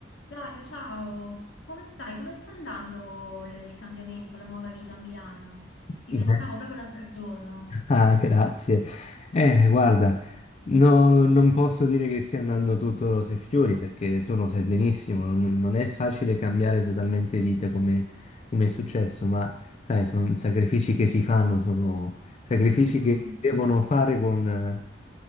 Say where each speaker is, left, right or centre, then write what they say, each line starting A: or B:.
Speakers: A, on the left; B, on the left.
A: Flavio, ciao, come stai? Come sta andando l- il cambiamento, la nuova vita a Milano? Ti
B: Beh,
A: pensavo proprio l'altro giorno.
B: Ah, grazie. Eh, guarda, no- non posso dire che stia andando tutto rose e fiori perché tu lo sai benissimo, non, non è facile cambiare totalmente vita come, come è successo, ma sai, sono sacrifici che si fanno, sono sacrifici
A: Mm,
B: che si devono fare con, eh,